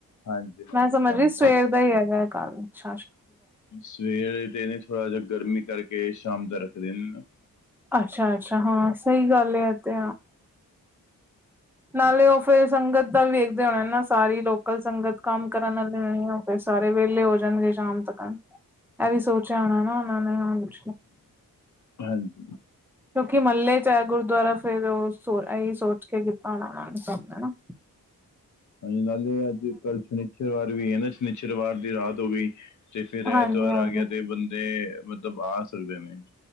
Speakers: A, on the left; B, in the centre.
A: ਹਾਂਜੀ ਹਾਂਜੀ
B: ਮੈਂ
A: ਸ਼ਾਮ
B: ਸਮਝ ਰੀ ਸਵੇਰ ਦਾ ਹੀ ਹੈਗਾ । ਘਰ 'ਚ
A: ਸਵੇਰੇ ਤੇ ਨਹੀਂ ਥੋੜਾ ਜਹਾ ਗਰਮੀ ਕਰਕੇ ਸ਼ਾਮ ਦਾ ਰੱਖ ਲਿਆ।
B: ਅੱਛਾ ਅੱਛਾ ਹਾਂ ਸਹੀ ਗੱਲ ਹੈ ਇਹ ਤੇ। ਨਾਲੇ ਓ ਫੇਰ ਸੰਗਤ ਦਾ ਵੇਖਦੇ ਹੋਣੇ ਨਾ। ਸਾਰੀ ਲੋਕਲ ਸੰਗਤ, ਕੰਮ ਕਰਨ ਵਾਲੇ ਹੋਣੇ ਨਾ ਸਾਰੇ, ਵਿਹਲੇ ਹੋ ਜਾਣਗੇ ਸ਼ਾਮ ਤੱਕ ਐਨ ਇਹ ਵੀ ਸੋਚਿਆ ਹੋਣਾ ਨਾ। ਉਹਨਾਂ ਨੇ ਹਾਂਜੀ।
A: ਹਾਂਜੀ।
B: ਕਿਉਂਕਿ ਮਹੱਲੇ 'ਚ ਹੈ, ਗੁਰ ਦੁਆਰਾ, ਫਿਰ ਉਹ, ਇਹੀ ਸੋਚ ਕੇ ਕੀਤਾ ਹੋਣਾ, ਉਹਨਾਂ ਨੇ ਸਭ ਨੇ ।
A: ਹੂੰ ਨਾਲੇ ਅੱਜ ਕੱਲ, ਸ਼ਨੀਵਾਰ ਵਾਰ ਵੀ ਹੈ ਨਾ। ਸ਼ਨੀਚਵਾਰ ਦੀ ਰਾਤ ਹੋ ਗਈ। ਤੇ ਫਿਰ
B: ਹਾਂਜੀ
A: ਐਤਵਾਰ
B: ਹਾਂਜੀ
A: ਆ ਗਿਆ, ਤੇ ਬੰਦੇ ਮਤਲਬ, ਆ ਸਕਦੇ ਨੇ ।